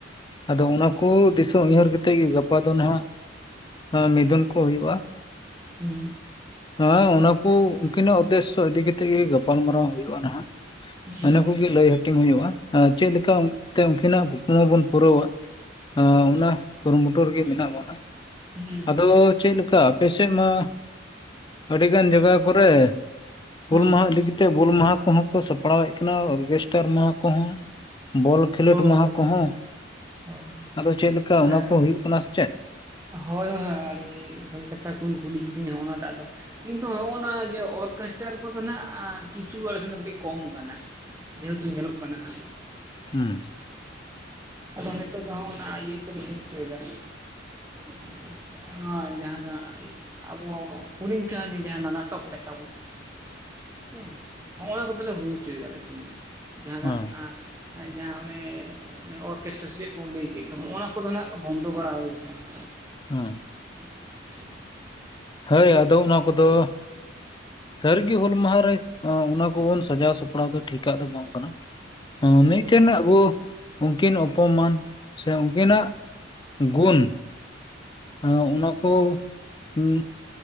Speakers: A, on the left; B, on the right.
A: ᱟᱫᱚ ᱚᱱᱟ ᱠᱚ ᱫᱤᱥᱟᱹ ᱩᱭᱦᱟᱹᱨ ᱠᱟᱛᱮᱜ ᱜᱮ ᱜᱟᱯᱟ ᱫᱚ ᱱᱟᱸᱜ ᱦᱮᱸ ᱢᱤᱫᱩᱱ ᱠᱚ ᱦᱩᱭᱩᱜᱼᱟ᱾
B: <unintelligible>
A: ᱦᱮᱸ ᱚᱱᱟ ᱠᱚ ᱩᱱᱠᱤᱱᱟᱜ ᱩᱫᱽᱫᱮᱥᱥᱚ ᱤᱫᱤ ᱠᱟᱛᱮᱜ ᱜᱮ ᱜᱟᱯᱟᱞᱢᱟᱨᱟᱣ ᱦᱩᱭᱩᱜᱼᱟ ᱱᱟᱦᱟᱜ᱾
B: ᱦᱩᱸ ᱦᱩᱸ,
A: ᱚᱱᱟ ᱠᱚᱜᱮ ᱞᱟᱹᱭ ᱦᱟᱹᱴᱤᱧ ᱦᱩᱭᱩᱜᱼᱟ᱾ ᱟ ᱪᱮᱫᱞᱮᱠᱟ ᱛᱮ ᱩᱱᱠᱤᱱᱟᱜ ᱠᱩᱠᱢᱩ ᱵᱚᱱ ᱯᱩᱨᱟᱹᱣᱟ᱾
B: ᱦᱳᱭ
A: ᱟᱸ ᱚᱱᱟ ᱠᱩᱨᱩᱢᱩᱴᱩ ᱨᱮᱜᱮ ᱢᱮᱱᱟᱜ ᱵᱚᱱᱟ᱾
B: ᱦᱩᱸ ᱦᱩᱸ
A: ᱟᱫᱚ ᱪᱮᱫ ᱞᱮᱠᱟ ᱟᱯᱮ ᱥᱮᱫ ᱢᱟ ᱟᱹᱰᱤᱜᱟᱱ ᱡᱟᱜᱟ ᱠᱚᱨᱮ ᱦᱩᱞ
B: ᱦᱩᱸ
A: ᱢᱟᱦᱟ ᱤᱫᱤ ᱠᱮᱛᱮᱫ ᱵᱩᱞ ᱢᱟᱦᱟ ᱠᱚᱦᱚᱸ ᱠᱚ ᱥᱟᱯᱲᱟᱣᱮᱫ ᱠᱟᱱᱟ ᱚᱨᱠᱮᱥᱴᱟᱨ ᱢᱟᱦᱟ ᱠᱚᱦᱚᱸ, ᱵᱚᱞ ᱠᱷᱮᱞᱳᱰ
B: ᱦᱳᱭ
A: ᱢᱟᱦᱟ
B: ᱦᱳᱭ
A: ᱠᱚᱦᱚᱸ
B: ᱦᱳᱭ ᱦᱳᱭ,
A: ᱟᱫᱚ ᱪᱮᱫ ᱞᱮᱠᱟ ᱚᱱᱟ
B: ᱮᱸ
A: ᱠᱚ ᱦᱳᱭᱳᱜ ᱠᱟᱱᱟ ᱥᱮ ᱪᱮᱫ?
B: ᱦᱳᱭ ᱦᱳᱭ ᱦᱳᱭ ᱟᱹᱰᱤ ᱵᱷᱟᱜᱤ ᱠᱟᱛᱷᱟ ᱠᱚᱵᱤᱱ ᱠᱩᱞᱤ ᱠᱤᱫᱤᱧᱟ ᱦᱚᱸᱜ-ᱚ ᱱᱟ ᱴᱟᱜ ᱫᱚ᱾ ᱠᱤᱱᱛᱩ ᱦᱚᱸᱜᱼᱚ ᱱᱟ ᱡᱮ ᱚᱨᱠᱮᱥᱴᱟᱨ ᱠᱚᱫᱚ ᱱᱟᱦᱟᱸᱜ ᱠᱤᱪᱷᱩ ᱟᱬᱮ ᱥᱮ ᱫᱚ ᱠᱟᱹᱴᱤᱡ ᱠᱚᱢ ᱠᱟᱱᱟ᱾ ᱡᱮᱦᱮᱛᱩ ᱧᱮᱞᱚᱜ ᱠᱟᱱᱟ ᱦᱟᱸᱜ
A: ᱦᱩᱸ᱾
B: ᱟᱫᱚ ᱱᱤᱛᱚᱜ ᱫᱚ ᱦᱚᱸᱜ-ᱱᱟ ᱤᱭᱟᱹ <unintelligible> ᱪᱚᱭᱫᱟ᱾ <inaudible> ᱦᱚᱸᱜ ᱱᱚᱣᱟ ᱡᱟᱦᱟᱸ ᱫᱚ ᱦᱟᱸᱜ ᱟᱵᱚ ᱦᱩᱰᱤᱧ ᱠᱟᱹᱦᱱᱤ ᱡᱟᱦᱟᱱᱟᱜ ᱱᱟᱴᱚᱠ ᱞᱮᱠᱟ ᱵᱚᱱ ᱦᱮᱸ ᱦᱚᱸᱜᱼᱱᱟ ᱱᱚᱣᱟ ᱠᱚᱫᱚᱞᱮ ᱦᱩᱭ ᱦᱚᱪᱚᱭᱮᱫᱟ ᱟᱞᱮ ᱥᱮᱱ ᱫᱚ ᱡᱟᱦᱱᱟᱜ
A: ᱦᱮᱸ
B: ᱟᱸ ᱟᱨ ᱡᱟᱦᱟᱸ ᱚᱱᱮ ᱚᱱᱮ ᱚᱨᱠᱮᱥᱴᱟᱨ ᱥᱮ ᱪᱮᱫ ᱵᱚ ᱞᱟᱹᱭ ᱠᱮᱫ ᱫᱚ ᱱᱚᱜᱼ ᱱᱚᱣᱟ ᱠᱚᱫᱚ ᱱᱟᱦᱟᱜ ᱵᱚᱱᱫᱚ ᱵᱟᱲᱟ ᱦᱩᱭ ᱠᱟᱱᱟ᱾
A: ᱦᱮᱸ᱾
B: <inaudible>
A: ᱦᱟᱹᱭ ᱟᱫᱚ ᱚᱱᱟ ᱠᱚᱫᱚ ᱥᱟᱹᱨᱤᱜᱤ ᱦᱩᱞ ᱢᱟᱦᱟ ᱨᱮ ᱚᱱᱟ ᱠᱚᱵᱚᱱ ᱥᱟᱡᱟᱣ ᱥᱟᱯᱲᱟᱣ ᱫᱚ ᱴᱷᱤᱠᱟᱜ ᱫᱚ ᱵᱟᱝ ᱠᱟᱱᱟ᱾ ᱦᱮᱸ
B: ᱠᱚ᱾
A: ᱢᱤᱫᱴᱮᱱ ᱟᱵᱚ ᱩᱱᱠᱤᱱ ᱚᱯᱚᱢᱟᱱ, ᱥᱮ ᱩᱱᱠᱤᱱᱟᱜ ᱜᱩᱱ ᱟᱸ ᱚᱱᱟᱠᱚ ᱩᱢ